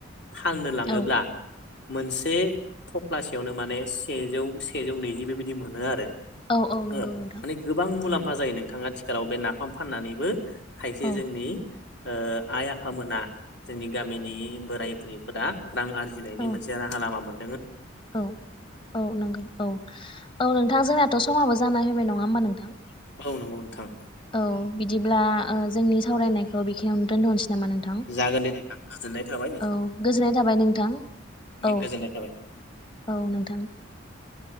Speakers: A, on the left (about 60°); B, on the left (about 25°).
A: फाननो लाङोब्ला
B: औ
A: मोनसे थफ्लासेयावनो माने सेजौ सेजौ नैजि बेबायदि मोनो आरो
B: औ औ नंगौ
A: ओ
B: नोंथां
A: माने गोबां मुला म्फा जायो नोंथां आथिखालाव बे नाफाम फाननानैबो खायसे
B: औ
A: जोंनि ओ आइ आफामोना जोंनि गामिनि बोराय बुरैफोरा रां आरजिनायनि
B: औ
A: मोनसे राहा लामामोन
B: औ औ नंगौ औ औ नोंथां जोंनाथ' समाबो जाना होबाय नङा होमबा नोंथां
A: औ नंगौ नोंथां
B: औ बिदिब्ला ओ जोंनि सावरायनायखौ थ' बेखिनियावनो दोनथ'हरनोसै नामा नोंथां
A: जागोन दे नोंथां गोजोननाय थाबाय
B: औ गोजोननाय थाबाय नोंथां औ
A: गोजोनाय थाबाय
B: औ नोंथां